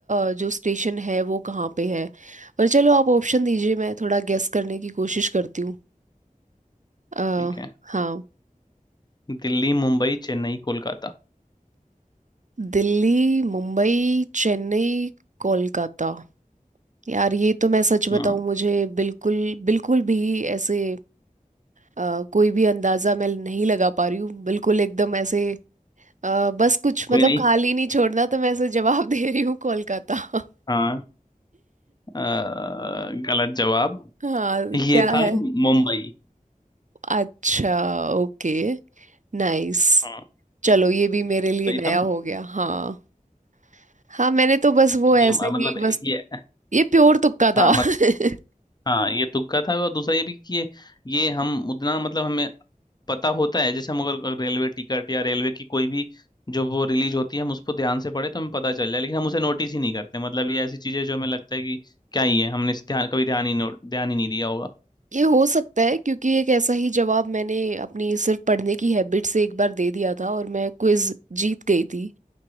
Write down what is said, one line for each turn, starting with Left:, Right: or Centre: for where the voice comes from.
Right: अ, जो स्टेशन है वो कहाँ पे है पर चलो आप ऑप्शन दीजिए मैं थोड़ा गेस करने की कोशिश करती हूँ अ,
Left: ठीक है
Right: हाँ
Left: दिल्ली मुंबई चेन्नई कोलकाता
Right: दिल्ली मुंबई चेन्नई कोलकाता यार ये तो मैं सच बताऊं
Left: हाँ
Right: मुझे बिल्कुल बिल्कुल भी ऐसे अ, कोई भी अंदाजा मैं नहीं लगा पा रही हूँ बिल्कुल एकदम ऐसे अ, बस कुछ मतलब
Left: कोई नहीं
Right: खाली नहीं छोड़ना तो मैं ऐसे जवाब <laughs> दे रही हूँ कोलकाता <laughs>
Left: हाँ अ, गलत जवाब
Right: हाँ
Left: ये
Right: क्या
Left: था
Right: है
Left: मुंबई
Right: अच्छा ओके नाइस
Left: हाँ
Right: चलो ये भी मेरे लिए
Left: सही
Right: नया
Left: था ना
Right: हो गया हाँ हाँ मैंने तो बस वो
Left: ये
Right: ऐसे
Left: म- मतलब
Right: ही बस
Left: ये
Right: ये प्योर तुक्का
Left: हाँ
Right: था
Left: मत
Right: <laughs>
Left: हाँ ये तुक्का था और दूसरा ये भी कि ये, ये हम उतना मतलब हमें पता होता है जैसे हम अगर रेलवे टिकट या रेलवे की कोई भी जो वो रिलीज होती है हम उसको ध्यान से पढ़े तो हमें पता चल जाए लेकिन हम उसे नोटिस ही नहीं करते मतलब ये ऐसी चीजें जो हमें लगता है कि क्या ही है हमने इस ध्यान कभी ध्यान ही नो- ध्यान ही नहीं दिया होगा
Right: ये हो सकता है क्योंकि एक ऐसा ही जवाब मैंने अपनी सिर्फ पढ़ने की हैबिट से एक बार दे दिया था और मैं क्विज जीत गई थी